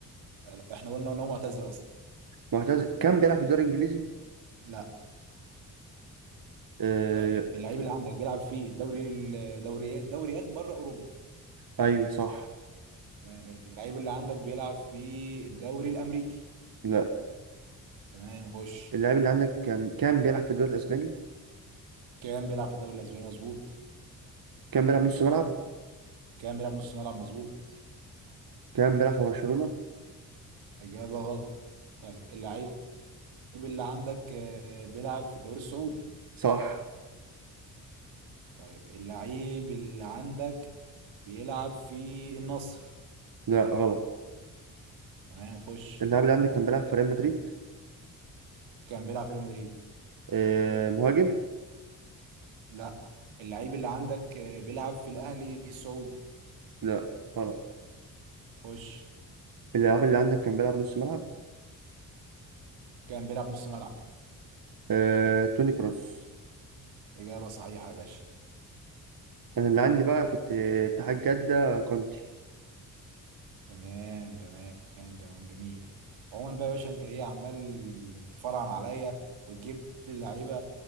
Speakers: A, on the right (about 75°); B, on the right (about 45°).
A: لا، احنا قلنا ان هو معتزل اصلا
B: معتزل كان بيلعب في الدوري الانجليزي
A: لا
B: آه
A: طيب اللعيب اللي عندك بيلعب في الدوري الدوريات دوريات بره اوروبا
B: ايوه صح
A: تمام اللعيب اللي عندك بيلعب في الدوري الامريكي
B: لا
A: تمام خش
B: اللاعب اللي عندك كان كان بيلعب في الدوري الاسباني
A: كان بيلعب في الدوري الاسباني مظبوط
B: كان بيلعب نص ملعب
A: كان بيلعب نص ملعب مظبوط
B: كان بيلعب في برشلونة
A: اجابه غلط طيب اللعيب اللعيب اللي عندك آه، بيلعب في الدوري السعودي
B: صح
A: طيب اللعيب اللي عندك بيلعب في النصر
B: لا غلط
A: تمام خش
B: اللاعب اللي عندك كان بيلعب في ريال مدريد
A: كان بيلعب في ريال مدريد
B: آه مهاجم
A: لا اللعيب اللي عندك آه، بيلعب في الاهلي السعودي
B: لا خلاص
A: خش
B: اللاعب اللي عندك كان بيلعب نص ملعب
A: كان بيلعب نص ملعب
B: آه، توني كروس
A: اجابه صحيحه يا باشا
B: انا اللي عندي بقى كنت اتحاد جدة كونتي
A: تمام تمام تمام جميل عموما بقى يا باشا انت ايه عمال تتفرعن عليا وتجيب لي اللعيبه